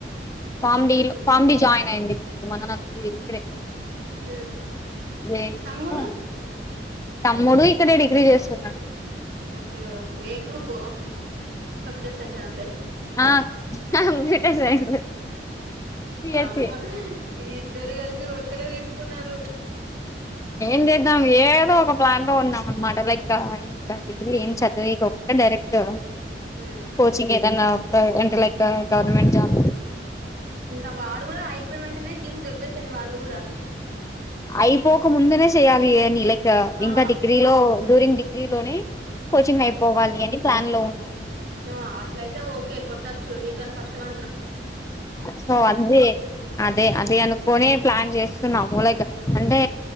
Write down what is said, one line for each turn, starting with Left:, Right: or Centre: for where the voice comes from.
Left: పామిడీ
Right: ఉహు
Left: పామిడీ జాయిన్ అయింది ఇప్పుడు మన ఇక్కడే
Right: ఉమ్
Left: జయంతిలో
Right: తమ్ముడు
Left: తమ్ముడు ఇక్కడే డిగ్రీ చేస్తున్నాను
Right: ఓకే ఓకే ఏ గ్రూప్ కంప్యూటర్ సైన్స్ అన్నద్దాయ్
Left: ఆ కంప్యూటర్ సైన్స్ బిఎస్సి
Right: అమ్మ ఇ ఇద్దరు కలిసి ఒక్కడే తీసుకున్నారు
Left: ఏం చేద్దాం ఏదో ఒక ప్లాన్ లో ఉన్నాం అనమాట లైక్ ఇంకా ద ఏం చదివికోకుండా డైరెక్ట్
Right: హ్మ్
Left: కోచింగ్ ఏదనా ప్రై అంటే లైక్ గవర్నమెంట్ జాబ్
Right: ఇంకా వాడు కూడా అయిపోయిన వెంటనే దీనికి దెబ్బేసాను వాడి కూడా
Left: అయిపోక ముందనే చేయ్యాలి అని లైక్
Right: ఆ
Left: ఇంకా డిగ్రీ లో డ్యూరింగ్ డిగ్ర లోనే కోచింగ్ అయిపోవాలి అని ప్లాన్ లో ఉ
Right: ఆ అట్లయితే ఓకే కొట్టొచ్చు నీకని ఫస్ట్ వ
Left: సో అదే అదే అదే అనుకోని ప్లాన్ చేస్తున్నాము లైక్ అంటే